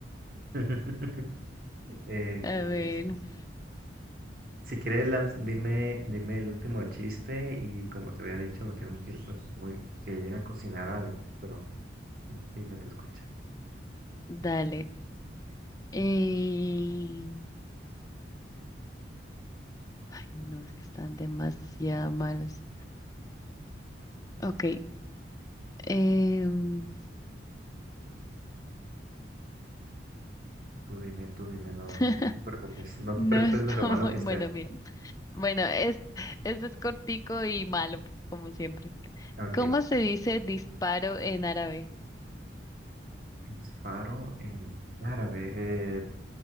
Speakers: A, on the right; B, on the left.
A: <laughs> Eh,
B: A
A: qué triste.
B: ver,
A: Si quieres, lanz- dime, dime el último chiste y como te había dicho, me tengo que ir porque voy que ir a cocinar algo, pero dime, te escucha.
B: dale. Eh, Ay, no, es que están demasiado malos. Ok, em,
A: Tú dime, tú dime, no,
B: <laughs>
A: no te preocupes, no te
B: no
A: preocupes
B: está
A: de lo malo
B: muy
A: que esté.
B: bueno, mira. Bueno, es, este es cortico y malo, como siempre.
A: Ok,
B: ¿Cómo
A: eh,
B: se dice disparo en árabe?
A: disparo en árabe, eh,